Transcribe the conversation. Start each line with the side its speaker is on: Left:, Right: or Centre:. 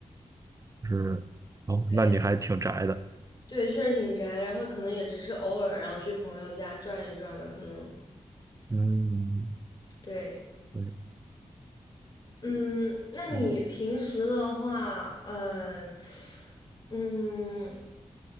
Right: 是，哦，
Left: 对
Right: 那你还挺宅的。
Left: 对，确实挺宅的。然后可能也只是偶尔，然后去朋友家转一转吧，可能。
Right: 嗯，
Left: 对，
Right: 对，
Left: 嗯，那你平时的话，
Right: 嗯，
Left: 嗯嗯，